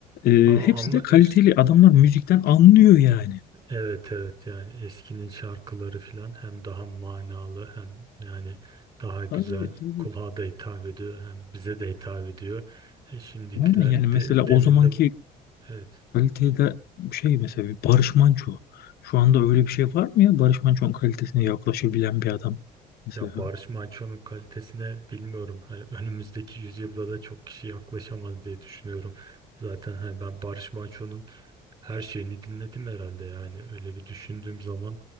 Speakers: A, on the left; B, on the right.
A: Ee,
B: Aa,
A: hepsi
B: ama
A: de kaliteli
B: es-
A: adamlar
B: e,
A: müzikten anlıyor yani.
B: evet evet yani eskinin şarkıları filan hem daha manalı hem yani daha güzel
A: Tabii, tabii.
B: kulağa da hitap ediyor hem bize de hitap ediyor. E, şimdikiler
A: Aynen yani mesela
B: de,
A: o
B: demin
A: zamanki
B: de evet
A: kalitede şey mesela bir Barış Manço. Şu anda öyle bir şey var mı ya? Barış Manço'nun kalitesine yaklaşabilen bir adam. Mesela
B: Ya Barış Manço'nun kalitesine bilmiyorum. Hani önümüzdeki yüzyılda da çok kişi yaklaşamaz diye düşünüyorum. Zaten hani ben Barış Manço'nun her şeyini dinledim herhalde yani öyle bir düşündüğüm zaman